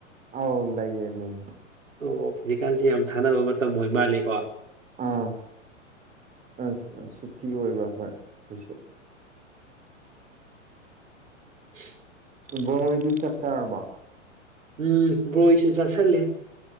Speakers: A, on the right; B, on the right.
A: ꯑꯥꯎ ꯂꯩꯌꯦ ꯂꯩꯌꯦ
B: ꯑꯣ ꯍꯧꯖꯤꯛꯀꯥꯟꯁꯦ ꯌꯥꯝ ꯊꯥꯅꯕ ꯃꯇꯝ ꯑꯣꯏ ꯃꯥꯂꯦꯀꯣ
A: ꯑꯥ ꯑꯁ ꯑ ꯁꯨꯇꯤ ꯑꯣꯏꯕ ꯍꯣꯏ ꯑꯩꯁꯨ
B: <unintelligible>
A: ꯕꯣꯏꯗꯤ ꯀꯛꯆꯔꯕ
B: ꯎꯝ ꯕꯣꯏꯁꯨ ꯆꯁꯦ